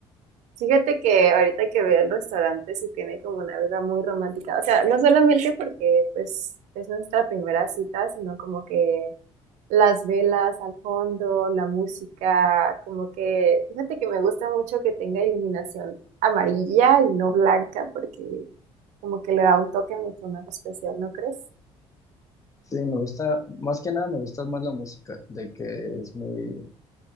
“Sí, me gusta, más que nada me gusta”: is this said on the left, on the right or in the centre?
Left